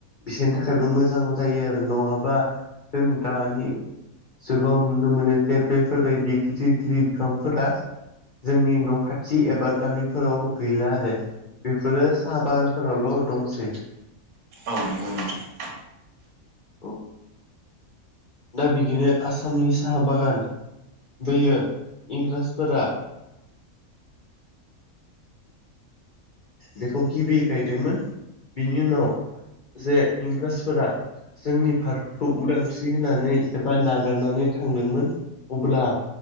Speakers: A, on the left (about 50°); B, on the right (about 75°).
A: बिसोरनि थाखायबो मोजां जायो आरो नङाबा जों दानि जुगाव नुनो मोनो जे बेफोरबायदि गिदिर गिदिर बिफांफोरा जोंनि न' खाथि एबा गामिफोराव गैला आरो। बेफोरो साहा बागानफोरावल' दंसै।
B: औ नंगौ नोंथां।
A: औ दा बिदिनो आसामनि साहा बागान बैयो इंराजफोरा बेखौ गिबि गायदोंमोन बेनि उनाव जे इंराजफोरा जोंनि भारतखौ उदांस्रि होनानै एबा नागारनानै थांदोंमोन। अब्ला